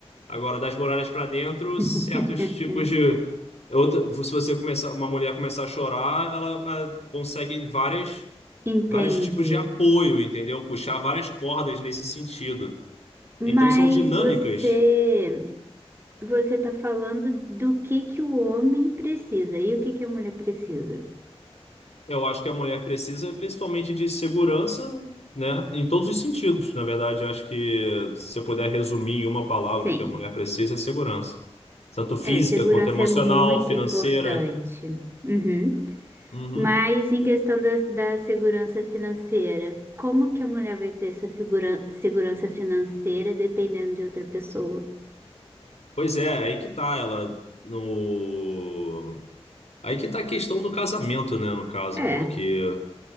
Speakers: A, on the left; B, on the right.
A: Agora, das muralhas para dentro, certos
B: <laughs>
A: tipos de outra, se você começar, uma mulher começar a chorar, ela ah, consegue várias,
B: Entendi.
A: vários tipos de apoio, entendeu? Puxar várias cordas nesse sentido.
B: Mas
A: Então, são dinâmicas
B: você você está falando do que que o homem precisa e o que que a mulher precisa?
A: Eu acho que a mulher precisa principalmente de segurança, né? Em todos os sentidos. Na verdade, eu acho que se eu puder resumir em uma palavra
B: Sim.
A: o que a mulher precisa é segurança. Tanto física
B: É, segurança
A: quanto emocional,
B: é muito
A: financeira.
B: importante. Uhum.
A: Uhum.
B: Mas em questão da, da segurança financeira, como que a mulher vai ter essa figura- segurança financeira dependendo de outra pessoa?
A: Pois é, aí que tá ela no Aí que tá a questão do casamento, né, no caso,
B: É,
A: porque